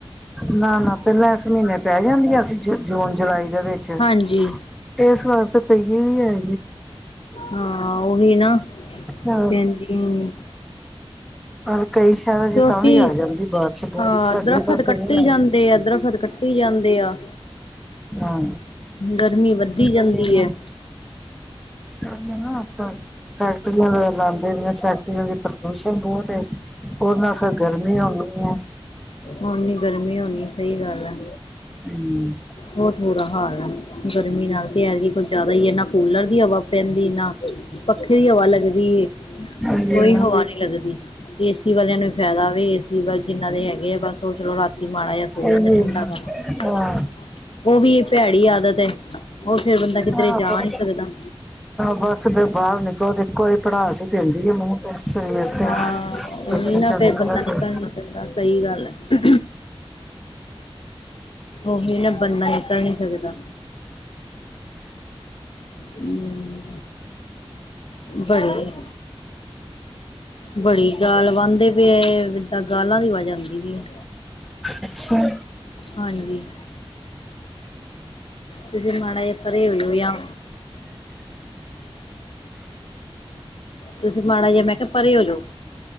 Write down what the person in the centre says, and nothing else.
ਨਾ-ਨਾ ਪਹਿਲਾਂ ਇਸ ਮਹੀਨੇ ਪੈ ਜਾਂਦੀਆ ਸੀ, ਜ ਜੂਨ ਜੁਲਾਈ ਦੇ ਵਿੱਚ
ਇਸ ਵਾਰ ਤੇ ਪਈਏ ਵਿ ਏ।
ਹਾਂ
ਪਰ ਕਈ ਸ਼ਹਿਰਾਂ ਚ
ਤਾਂ ਵੀ ਆ ਜਾਂਦੀ ਬਾਰਿਸ਼ ਬਹੁਤ
ਸਾਡੇ
ਪਾਸੇ
ਨਹੀਂ ਆਈ
ਹਾਂ
ਉਹੀ
ਹੈ ਨਾ
ਉਹੀ ਨਾ ਬਸ ਫੈਕਟਰੀਆਂ ਲਗਾਦੇ ਰਏ ਫੈਕਟਰੀਆਂ ਦੀ ਪ੍ਰਦੂਸ਼ਣ ਬਹੁਤ ਏ, ਉਹਦੇ ਨਾਲ ਫਿਰ ਗਰਮੀ ਹੋਣੀ ਐ।
ਹਮ
ਉਹੀ
ਹੈ ਨਾ
ਉਹੀ
ਹੈ ਨਾ
ਹਾਂ
ਆਹੋ
ਬਸ ਫਿਰ ਬਾਹਰ ਨਿਕਲੋ ਤੇ ਇੱਕੋ ਹੀ ਪੜਾਸ ਹੀ ਪੈਂਦੀ ਹੈ ਮੂੰਹ ਤੇ ਸਰੀਰ ਤੇ
ਏਸੀ
ਚੋਂ ਨਿਕਲੋ
ਤੇ
ਅੱਛਾ